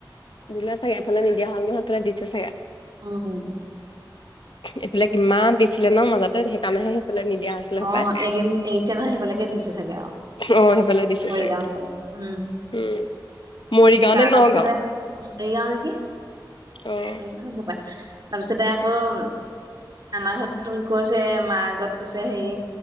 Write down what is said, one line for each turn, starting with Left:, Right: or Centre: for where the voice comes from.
Left: দিলে চাগে এইফালে নিদিয়া হাল নহয় সেইফালে দিছে চাগে।
Right: উম।
Left: এইবিলাক ইমান দিছিলে ন মাজত সেইকাৰণেহে সেইফালে নিদিয়া হৈছিলে সে
Right: অ
Left: পায়।
Right: এইকেইদিন এৰিছে নহয় সেইফালেকে দিছে চাগে আৰু
Left: অ সেইফালে দিছে
Right: মৰিগাঁও
Left: চাগে।
Right: চাইডে উম
Left: উম মৰিগাঁও
Right: সেই তাৰ
Left: নে
Right: তাৰপিছতে
Left: নগাঁও?
Right: মৰিগাঁও নেকি,
Left: অ'।
Right: মৰিগাঁও হ'ব পাৰে। তাৰপিছতে আকৌ, আমাৰ ঘৰত কৈছে, মাৰ আগত কৈছে হেৰি